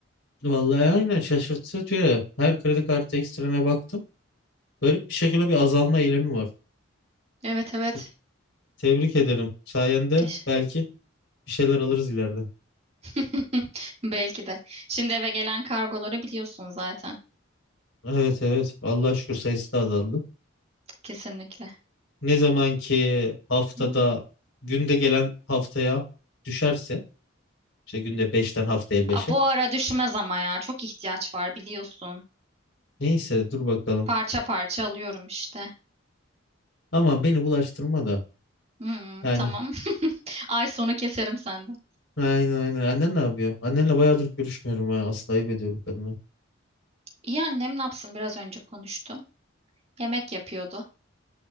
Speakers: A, on the left; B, on the right.
A: Vallahi aynen şaşırtıcı. Her kredi kartı ekstrene baktım. Garip bir şekilde bir azalma eğilimi var.
B: Evet evet.
A: Te- Tebrik ederim. Sayende
B: Teş-
A: belki bir şeyler alırız ileride.
B: <laughs> Belki de. Şimdi eve gelen kargoları biliyorsun zaten.
A: Evet evet. Allah'a şükür sayısı da azaldı.
B: Kesinlikle.
A: Ne zaman ki haftada
B: Hmm.
A: günde gelen haftaya düşerse işte günde beşten haftaya beşe
B: Aa, bu ara düşmez ama ya. Çok ihtiyaç var biliyorsun.
A: Neyse dur bakalım.
B: Parça parça alıyorum işte.
A: Ama beni bulaştırma da.
B: Hmm,
A: Yani
B: tamam. <laughs> Ay sonu keserim senden.
A: Aynen aynen. Annen ne yapıyor? Annenle bayağıdır görüşmüyorum ha. Aslında ayıp ediyorum kadına.
B: İyi annem ne yapsın biraz önce konuştum. Yemek yapıyordu.